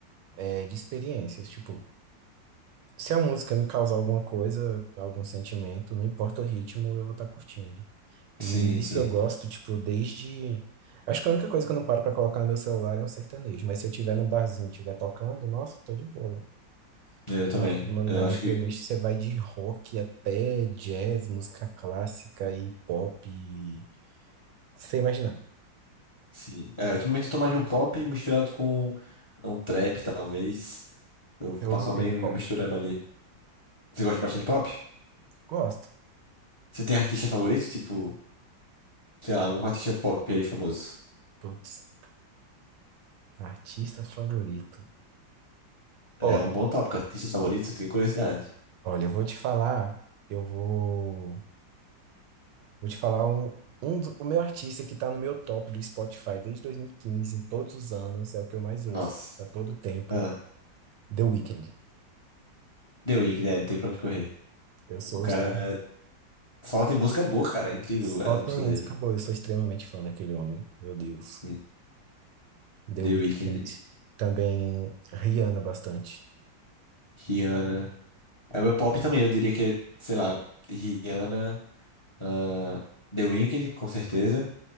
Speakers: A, on the right (about 75°); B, on the left (about 30°).
A: é, de experiências, tipo, se a música me causar alguma coisa, algum sentimento, não importa o ritmo, eu vou estar curtindo. E
B: Sim,
A: nisso
B: sim.
A: eu gosto, tipo, desde. Acho que a única coisa que eu não paro pra colocar no meu celular é um sertanejo. Mas se eu tiver num barzinho e estiver tocando, nossa, tô de boa lá.
B: Eu também.
A: Mas, tipo, no- na
B: Eu
A: minha
B: acho que.
A: playlist você vai de rock até jazz, música clássica e pop. E... Sem imaginar.
B: Sim. É, ultimamente eu tô mais de um pop misturado com um trap, talvez. Eu
A: Você ouve
B: faço
A: o
B: uma
A: que
B: bem
A: de
B: mistureba
A: pop?
B: ali. Você gosta bastante de pop?
A: Gosto.
B: Você tem artista favorito? Tipo, sei lá, algum artista pop aí famoso?
A: Putz, artista favorito.
B: É
A: Ó,
B: um bom tópico. Artistas favoritos, eu tenho curiosidade.
A: olha, eu vou te falar. Eu vou. Vou te falar um, um do, o meu artista que tá no meu top do Spotify desde 2015, em todos os anos, é o que eu mais
B: Nossa.
A: ouço a todo tempo,
B: Ah,
A: The Weeknd.
B: The Weeknd, é, não tem pra onde correr.
A: Eu sou
B: O cara
A: extrem-
B: é, só tem música boa, cara. É incrível
A: só
B: as
A: tem
B: músicas
A: música
B: dele.
A: boa, eu sou extremamente fã daquele homem. Meu Deus.
B: Hum.
A: The
B: The
A: Weeknd.
B: Weeknd,
A: Também Rihanna bastante.
B: Rihanna. É o meu pop também, eu diria que é, sei lá, Rihanna, ah, The Weeknd, com certeza.